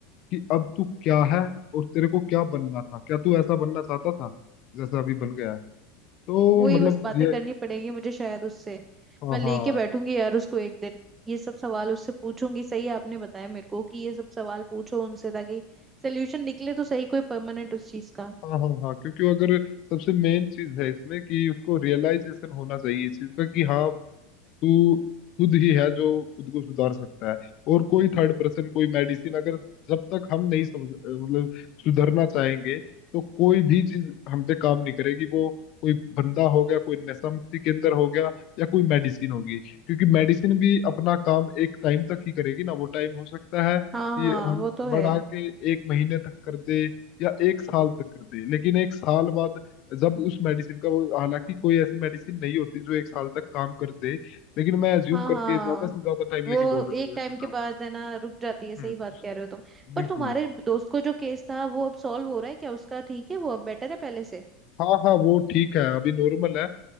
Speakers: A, on the left; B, on the right.
A: कि अब तू क्या है और तेरे को क्या बनना था क्या तू ऐसा बनना चाहता था जैसा अभी बन गया है तो
B: वही
A: मतलब
B: बस बातें
A: ये
B: करनी पड़ेगी मुझे शायद उससे
A: हाँ
B: मैं लेके
A: हाँ
B: बैठूंगी यार उसको एक दिन ये सब सवाल उससे पूछूंगी सही है आपने बताया मेरे को कि ये सब सवाल पूछो उनसे ताकि सोल्यूशन निकले तो सही कोई परमानेंट उस चीज का
A: हाँ हाँ हाँ क्योंकि अगर सबसे मेन चीज है इसमें कि उसको रियलाइजेशन होना चाहिए इस चीज का कि हाँ तू खुद ही है जो खुद को सुधार सकता है और कोई थर्ड पर्सन कोई मेडिसिन अगर जब तक हम नहीं समझ मतलब सुधरना चाहेंगे तो कोई भी चीज हम पे काम नहीं करेगी वो कोई बंदा हो गया कोई नशा मुक्ति केंद्र हो गया या कोई मेडिसिन होगी क्योंकि मेडिसिन भी अपना काम एक टाइम तक ही करेगी ना वो टाइम हो सकता है कि
B: हाँ हाँ
A: हम
B: वो तो है
A: बढ़ा के एक महीने तक कर दे या एक साल तक कर दे लेकिन एक साल बाद जब उस मेडिसिन का वो हालांकि कोई ऐसी मेडिसिन नहीं होती जो एक साल तक काम कर दे लेकिन मैं अज्यूम
B: हाँ हाँ
A: करके ज्यादा से ज्यादा टाइम
B: वो
A: लेके बोल चल
B: एक टाइम
A: रहा
B: के बाद
A: हूँ
B: है ना रुक जाती है सही
A: हम्म
B: बात
A: उसके
B: कह रहे हो तुम
A: बिल्कुल
B: पर तुम्हारे दोस्त को जो केस था वो अब सॉल्व हो रहा है क्या उसका ठीक है वो अब बेटर है पहले से
A: हाँ हाँ वो ठीक है अभी नॉर्मल है